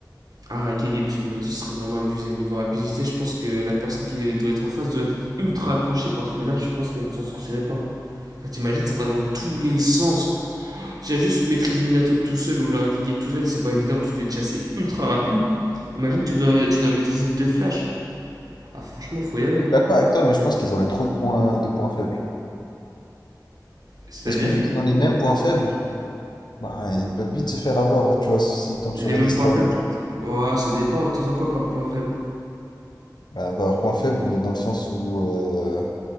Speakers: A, on the right; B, on the left.
A: Ah, Raikage plus Minato serait vraiment abusé. Niveau rapidité, je pense que la personne qui doit être en face doit être ultra accrochée parce que là, je pense qu'elle ne s'en sortirait pas. Enfin, T'imagines, ça va dans tous les sens. Déjà, juste maîtriser Minato tout seul ou l'Arakeke tout seul, c'est pas évident parce que déjà c'est ultra rapide. Imagine, tu dois, tu dois maîtriser deux flashs. Ah, franchement, faut y aller. hein.
B: D'accord avec toi, mais je pense qu'ils auraient trop de points, de points faibles.
A: C'est-à-dire,
B: Parce que vu qu'ils ont les mêmes points faibles, bah, ils peuvent vite se faire avoir, tu vois, s'ils tombent
A: les
B: sur
A: mêmes
B: des stratèges.
A: points faibles. Ouais, ça dépend. T'entends quoi par point faible
B: Bah, bah, leurs points faibles dans le sens où euh,